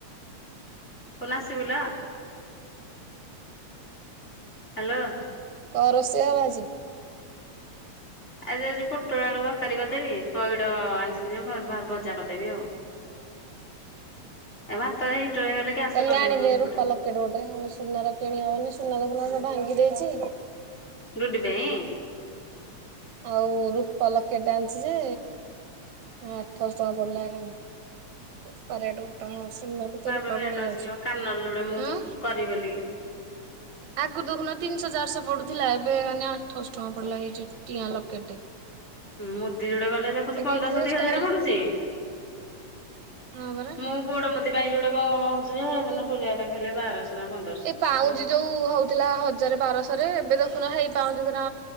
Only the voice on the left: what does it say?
ନା <unintelligible> ହ୍ୟାଲୋ।
ଆଜି ଯାଉଚି ପୋଟଳ ଆଳୁ ତରକାରୀ କରିଦେବି ପଇଡ଼ ଆଣିଚନ୍ତି ଯେ ଭ ଭଜା କରିଦେବି ଆ
ଏମାନ ତ ଏ ହେଇଗଲେ ଗ୍ୟାସ
ରେ କରିଦେବି
ମ ଦିପଟେ
ଡୁଡି ପାଇଁ
ରେଟ
ଅ
କାନରେ ଯୋଉଟା ମୁଁ
କରିିବେଲି
ମୁଦି ଯୋଡ ଗଲେ ଦେଖୁଛି ପନ୍ଦରଶତ
ହଜାର ପଡୁଛି।
ମୁଁ ଗୋଡ ମୁଦି ପାଇଁ ଯୋଉଟେ କଣ କହୁଛିଦିନ ସୂର୍ଯଦା କହିଲେ ବାରଶହ। ନା ପନ୍ଦରଶହ।
ଆଲୋ